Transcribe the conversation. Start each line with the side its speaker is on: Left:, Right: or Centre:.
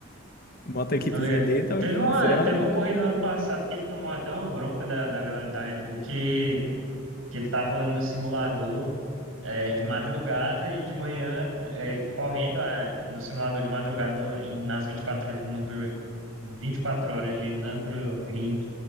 Left: <laughs> Bota
Right: Eu
Left: a equipezinha
Right: tô ligado.
Left: dele, também,
Right: Teve
Left: pô,
Right: uma,
Left: seria
Right: teve
Left: maneiro.
Right: uma corrida no ano passado que ele tomou até uma bronca da, da galera da Red Bull que que ele tava no simulador é, de madrugada e de manhã é, correndo a- no simulador de madrugada no- em- nas 24 horas- no, Bur- 24 horas de Nürburgring